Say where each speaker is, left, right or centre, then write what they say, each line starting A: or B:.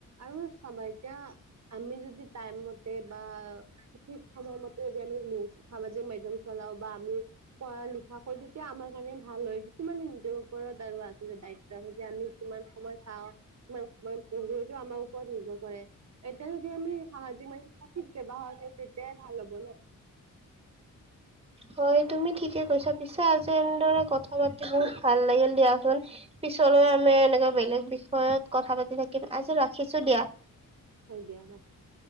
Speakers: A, on the right; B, on the right.
A: আৰু চাবাই- এতিয়া আমি যদি টাইম মতে বা সঠিক সময়- যদি আমি নিউজ সামাজিক মাধ্যমৰ‌ চলাও বা আমি- পঢ়া লিখা কৰো তেতিয়া আমাৰ কাৰণে ভাল হয়। কিছুমানে নিজৰ ওপৰত আৰু আছিলে দায়িত- যে আমি কিমান সময় চাওঁ, কিমান সময় পঢ়ো, এইটো আমাৰ ওপৰত নিৰ্ভৰ কৰে। এতিয়া যদি আমি সামাজিক মানে সঠিক ব্যৱহাৰ কৰো তেতিয়াই ভাল হ'ব ন।
B: হয়, তুমি ঠিকে কৈছা। পিছে আজি এনেদৰে কথা পাতি বহুত ভাল লাগিল দিয়াচোন। পিছলৈ আমি এনেকুৱা বেলেগ বিষয়ত কথা পাতি থাকিম, আজি ৰাখিছো দিয়া।
A: হয় দিয়া ৰাখিছো।